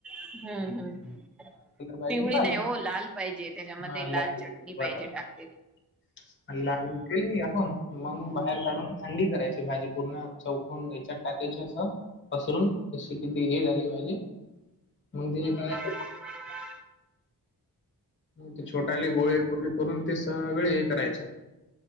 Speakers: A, in the centre; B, on the left.
A: हम्म हम्म
B: पाहिजे
A: पिवळी
B: लाल
A: नाही हो लाल पाहिजे त्याच्यामध्ये
B: हा
A: लाल चट मी
B: बरोबर
A: पाहिजे टाकलेली
B: <unintelligible> केली आपण मग बाहेर काढून थंडी करायची भाजी पूर्ण चौकोण याच्यात टाकायची असं. पसरून जशी की ती हे झाली पाहिजे मग तिने काय <unintelligible>
A: <inaudible>
B: ते छोटाले गोळे गोळे करून ते सगळे हे करायचे.